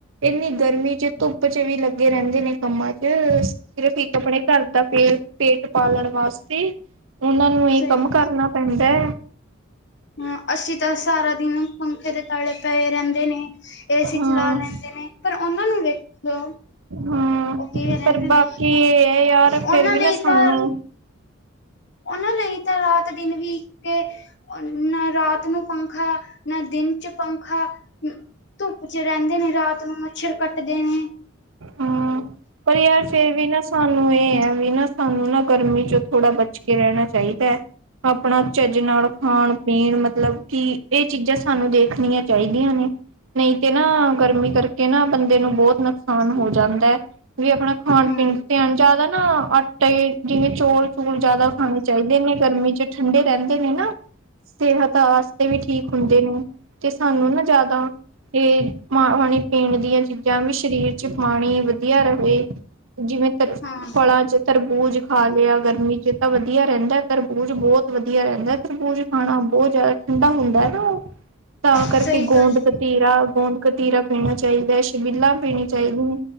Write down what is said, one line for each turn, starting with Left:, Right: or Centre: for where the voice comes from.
Right: ਇੰਨੀ ਗਰਮੀ ਚ ਧੁੱਪ ਚ ਵੀ ਲੱਗੇ ਰਹਿੰਦੇ ਨੇ ਕੰਮਾਂ ਚ ਫਿਰ ਸਿਰਫ ਇੱਕ ਆਪਣੇ ਘਰ ਦਾ ਫੇਰ ਪੇਟ ਪਾਲਣ ਵਾਸਤੇ ਉਹਨਾਂ ਨੂੰ ਇਹ
Left: ਸਹੀ
Right: ਕੰਮ ਕਰਨਾ ਪੈਂਦਾ ਹੈ
Left: ਹਾਂ ਅਸੀਂ ਤਾਂ ਸਾਰਾ ਦਿਨ ਪੰਖੇ ਦੇ ਤਾਲੇ ਪਏ ਰਹਿੰਦੇ ਨੇ ਏਸੀ
Right: ਹਾਂ
Left: ਚਲਾ ਲੈਂਦੇ ਨੇ ਪਰ ਉਹਨਾਂ ਨੂੰ ਵਖ ਹੈਲੋ
Right: ਹਾਂ
Left: ਉਹ ਕਿਵੇ ਰਹਿੰਦੇ
Right: ਪਰ
Left: ਨੇ
Right: ਬਾਕੀ ਇਹ ਯਾਰ
Left: ਉਹਨਾਂ
Right: ਫਿਰ ਵੀ
Left: ਲਈ
Right: ਨਾ ਸਾਨੂੰ
Left: ਤਾਂ ਉਹਨਾਂ ਲਈ ਤਾਂ ਰਾਤ ਦਿਨ ਵੀ ਇੱਕ ਨਾ ਰਾਤ ਨੂੰ ਪੰਖਾ ਨਾ ਦਿਨ ਚ ਪੰਖਾ ਧੁੱਪ ਚ ਰਹਿੰਦੇ ਨੇ ਰਾਤ ਨੂੰ ਮੱਛਰ ਕੱਟਦੇ ਨੇ।
Right: ਹਾਂ ਪਰ ਯਾਰ ਫਿਰ ਵੀ ਨਾ ਸਾਨੂੰ ਇਹ ਹੈ ਵੀ ਨਾ ਸਾਨੂੰ ਨਾ ਗਰਮੀ ਚ ਥੋੜਾ ਬਚ ਕੇ ਰਹਿਣਾ ਚਾਹੀਦਾ ਹੈ ਆਪਣਾ ਝੱਜ ਨਾਲ ਖਾਣ ਪੀਣ ਮਤਲਬ ਕਿ ਇਹ ਚੀਜ਼ਾਂ ਸਾਨੂੰ ਦੇਖਣੀਆਂ ਚਾਹੀਦੀਆਂ ਨੇ ਨਹੀਂ ਤੇ ਨਾ ਗਰਮੀ ਕਰਕੇ ਨਾ ਬੰਦੇ ਨੂੰ ਬਹੁਤ ਨੁਕਸਾਨ ਹੋ ਜਾਂਦਾ ਵੀ ਆਪਣਾ ਖਾਣ
Left: ਹਮ
Right: ਪੀਣ ਜਿਆਦਾ ਨਾ ਆਟੇ ਜਿਵੇਂ ਚੋਲ ਚੂਲ ਜਿਆਦਾ ਖਾਣੇ ਚਾਹੀਦੇ ਨੇ ਗਰਮੀ ਚ ਠੰਡੇ ਰਹਿੰਦੇ ਨੇ ਨਾ ਸਿਹਤ ਵਾਸਤੇ ਵੀ ਠੀਕ ਹੁੰਦੇ ਨੇ ਤੇ ਸਾਨੂੰ ਨਾ ਜ਼ਿਆਦਾ ਤੇ ਪਾਣੀ ਪੀਣ ਦੀਆਂ ਚੀਜ਼ਾਂ ਵੀ ਸਰੀਰ ਚ ਪਾਣੀ ਵੀ ਵਧੀਆ ਰਹੇ ਜਿਵੇਂ ਤ
Left: ਹਾਂ
Right: ਫਲਾਂ ਚ ਤਰਬੂਜ ਖਾ ਲਿਆ ਗਰਮੀ ਚ ਤਾਂ ਵਧੀਆ ਰਹਿੰਦਾ ਤਰਬੂਜ ਬਹੁਤ ਵਧੀਆ ਰਹਿੰਦਾ ਤਰਬੂਜ ਖਾਣਾ ਬਹੁਤ ਜ਼ਿਆਦਾ ਠੰਡਾ ਹੁੰਦਾ ਹੈ ਨਾ ਉਹ ਤਾਂ
Left: ਸਹੀ
Right: ਕਰਕੇ ਗੋਂਦ
Left: ਗੱਲ ਹੈ
Right: ਕਤੀਰਾ ਗੋਂਦ ਕਤੀਰਾ ਪੀਣਾ ਚਾਹੀਦਾ ਛਬੀਲਾਂ ਪੀਣੀ ਚਾਹੀਦੀਆਂ